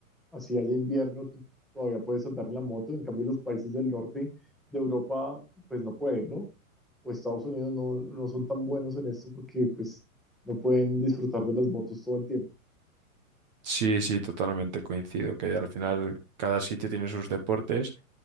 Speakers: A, in the centre; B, on the right.
A: así haya invierno, tú todavía puedes andar en la moto. En cambio, los países del norte de Europa, pues no pueden, ¿no? O Estados Unidos no, no son tan buenos en esto porque pues no pueden disfrutar de las motos todo el tiempo.
B: Sí, sí, totalmente coincido, que al final cada sitio tiene sus deportes